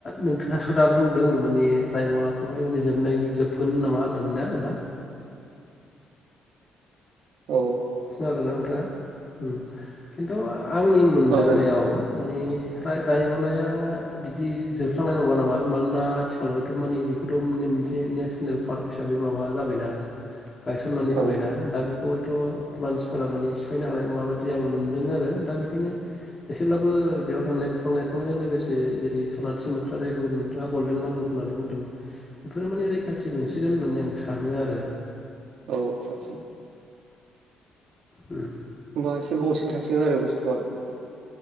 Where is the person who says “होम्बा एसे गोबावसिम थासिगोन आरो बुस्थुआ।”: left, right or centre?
Right